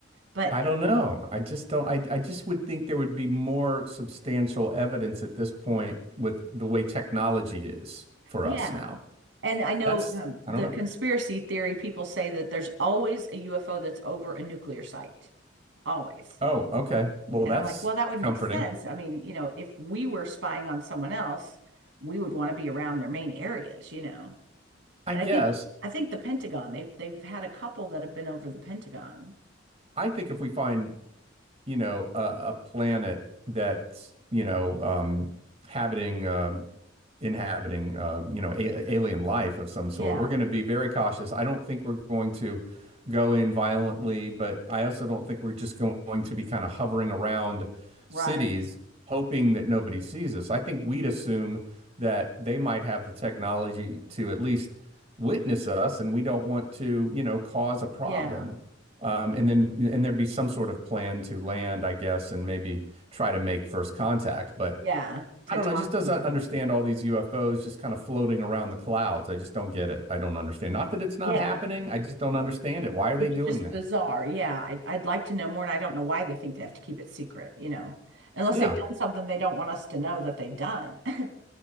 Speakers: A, on the right; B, on the right.
A: But
B: I don't know. I just don't. I, I just would think there would be more substantial evidence at this point with the way technology is for
A: Yeah.
B: us now.
A: And I know
B: That's,
A: um,
B: I
A: the
B: don't know.
A: conspiracy theory people say that there's always a UFO that's over a nuclear site, always.
B: Oh, okay. Well,
A: And
B: that's
A: I'm like, well, that would
B: comforting.
A: make sense. I mean, you know, if we were spying on someone else, we would want to be around their main areas, you know.
B: I
A: And
B: guess
A: I think I think the Pentagon, they've they've had a couple that have been over the Pentagon.
B: I think if we find you know, a, a planet that's, you know, um, habiting, um, inhabiting, um, you know, a alien life of some sort.
A: Yeah,
B: We're going to be very cautious. I don't think we're going to go in violently, but I also don't think we're just going to be kind of hovering around cities
A: right.
B: hoping that nobody sees us. I think we'd assume that they might have the technology to at least witness us, and we don't want to, you know, cause a problem.
A: Yeah.
B: Um, and then and there'd be some sort of plan to land, I guess, and maybe try to make first contact. But
A: Yeah, to
B: I don't
A: talk
B: know, just doesn't
A: to each other.
B: understand all these UFOs just kind of floating around the clouds. I just don't get it. I don't understand. Not that it's not
A: Yeah.
B: happening, I just don't understand it. Why are
A: It's
B: they doing
A: just
B: that?
A: bizarre. Yeah, I'd I'd like to know more, and I don't know why they think they have to keep it secret, you know, unless
B: Yeah,
A: they've done something they don't want us to know that they've done. <laughs>